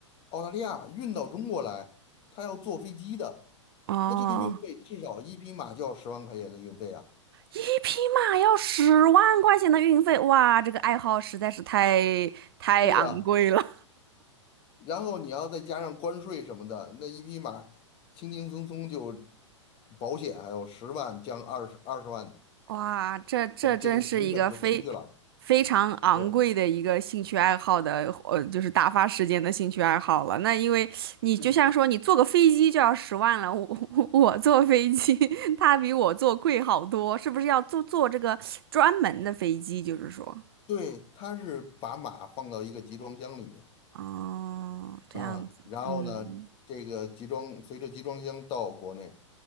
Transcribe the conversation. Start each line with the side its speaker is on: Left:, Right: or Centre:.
Left: 澳大利亚运到中国来，他要坐飞机的，
Right: 哦，
Left: 那这个运费至少一匹马就要十万块钱的运费啊。
Right: 一匹马要十万块钱的运费，哇，这个爱好实在是太太昂贵了。
Left: 对啊，然后你要再加上关税什么的，那一匹马轻轻松松就保险还有十万降二十二十万，
Right: 哇，这这真是一个非
Left: 呃这个成本就出去了。
Right: 非常昂贵的一个兴趣爱好的，
Left: 对，
Right: 呃，就是打发时间的兴趣爱好了。那因为你就像说你坐个飞机就要十万了，
Left: 嗯，
Right: 我我坐飞机，<laughs> 他比我坐贵好多，是不是要坐坐这个专门的飞机？就是说，
Left: 对，他是把马放到一个集装箱里面，
Right: 哦，这样子，
Left: 嗯，然后呢，
Right: 嗯
Left: 这个集装随着集装箱到国内，